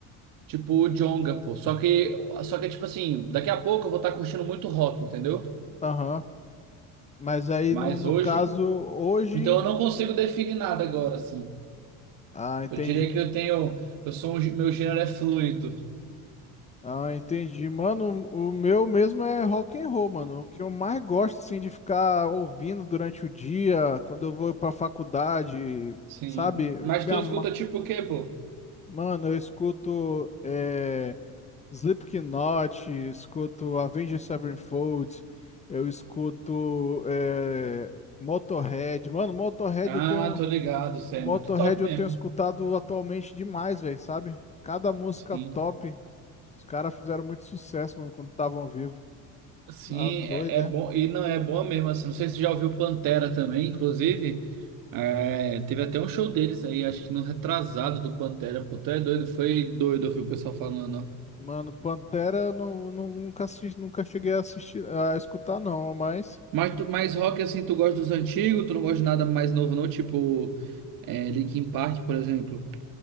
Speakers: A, on the right; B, on the left.
A: Tipo o Djonga, pô. Só que, só que, tipo assim, daqui a pouco eu vou estar curtindo muito rock, entendeu?
B: Aham. Mas aí,
A: Mas
B: no, no
A: hoje.
B: caso, hoje...
A: Então eu não consigo definir nada agora, assim.
B: Ah, entendi.
A: Eu diria que eu tenho. Eu sou um. gê- Meu gênero é fluido.
B: Ah, entendi. Mano, o meu mesmo é rock and roll, mano. O que eu mais gosto, assim, de ficar ouvindo durante o dia, quando eu vou pra faculdade,
A: Sim.
B: sabe? Eu
A: Mas
B: me
A: tu
B: ama-
A: escuta tipo o quê, pô?
B: Mano, eu escuto... É... Slipknot, escuto Avenged Sevenfold, eu escuto eh, Motorhead. Mano, Motorhead
A: Ah,
B: eu tenho,
A: tô ligado, você
B: Motorhead
A: é muito top mesmo.
B: eu tenho escutado atualmente demais, velho, sabe? Cada música
A: Sim.
B: top. Os caras fizeram muito sucesso, mano, quando estavam vivos.
A: Sim,
B: Tá doido,
A: é, é
B: né?
A: bom. E não, é bom mesmo, assim. Não sei se você já ouviu Pantera também, inclusive. é, teve até um show deles aí, acho que no retrasado do Pantera, pô. Tu é doido, foi doido ouvir o pessoal falando, ó.
B: Mano, Pantera eu não, não- nunca assisti, nunca cheguei a assistir, a escutar não, mas
A: Mas, tu, mas rock, assim, tu gosta dos antigos, tu não gosta de nada mais novo, não? Tipo, é, Linkin Park, por exemplo.